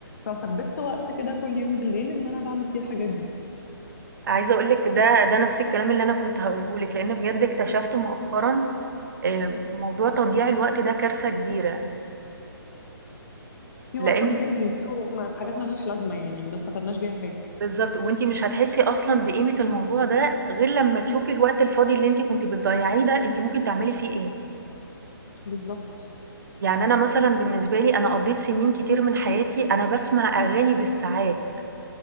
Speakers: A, on the left; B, on the right.
A: فثبت وقت كده كل يوم بالليل ان انا بعمل فيه الحاجات دي
B: عايزة أقول لِك ده ده نَفْس الكلام اللي أنا كنت هاقوله لِك، لإن بجد اكتشفت مؤخرًا آآ موضوع تضييع الوقت ده كارثة كبيرة،
A: في
B: لإن
A: وقت كبير بيضيع وما- في حاجات
B: طبعًا.
A: ملهاش
B: آه.
A: لازمة يعني ما استفدناش بيها حاجة
B: بالضبط، وأنتِ مش هتحسّي أصلًا بقيمة الموضوع ده غير لمّا تشوفي الوقت الفاضي اللي أنتِ كنتِ بتضيّعيه ده أنتِ ممكن تعملي فيه إيه.
A: بالظبط
B: يعني أنا مثلًا بالنسبة لي أنا قضّيت سنين كتير من حياتي أنا باسمع أغاني بالساعات،